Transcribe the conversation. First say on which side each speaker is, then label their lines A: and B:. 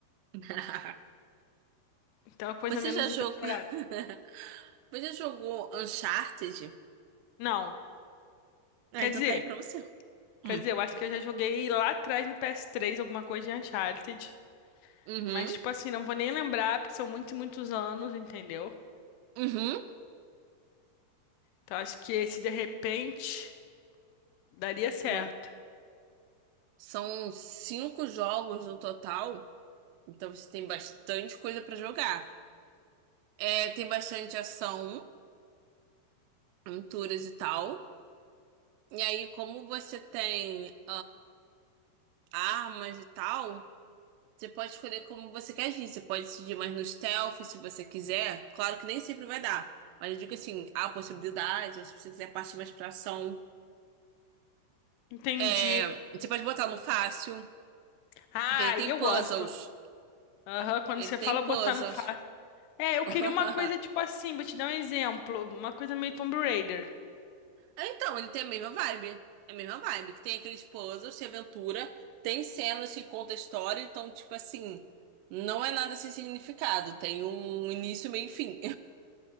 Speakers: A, on the right; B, on the left.
A: <laughs>
B: Então é uma coisa
A: Você
B: menos
A: já jogou.
B: exagerada.
A: <laughs> Você já jogou Uncharted?
B: Não.
A: Ah,
B: Quer
A: então
B: dizer,
A: tá aí pra você. Hum.
B: Quer dizer, eu acho que eu já joguei lá atrás no PS3 alguma coisa de Uncharted.
A: Uhum.
B: Mas, tipo assim, não vou nem lembrar, porque são muitos e muitos anos, entendeu?
A: Uhum.
B: Então acho que esse de repente daria certo.
A: Uma- São cinco jogos no total. Então você tem bastante coisa pra jogar. É, tem bastante ação, aventuras e tal. E aí, como você tem armas e tal, você pode escolher como você quer agir. Você pode decidir mais no stealth, se você quiser. Claro que nem sempre vai dar. Mas eu digo assim, há possibilidades, ou se você quiser partir mais pra ação.
B: Entendi.
A: É, você pode botar no fácil,
B: Ah,
A: porque ele tem
B: e eu
A: puzzles.
B: gosto. Aham, quando
A: Ele
B: você
A: tem
B: fala botar
A: puzzles.
B: no fácil. É, eu
A: <laughs>
B: queria uma coisa tipo assim, vou te dar um exemplo. Uma coisa meio Tomb Raider.
A: Então, ele tem a mesma vibe. É A mesma vibe, que tem aqueles puzzles de aventura, tem cenas que contam a história, então, tipo assim, não é nada sem significado. Tem um início, meio e fim.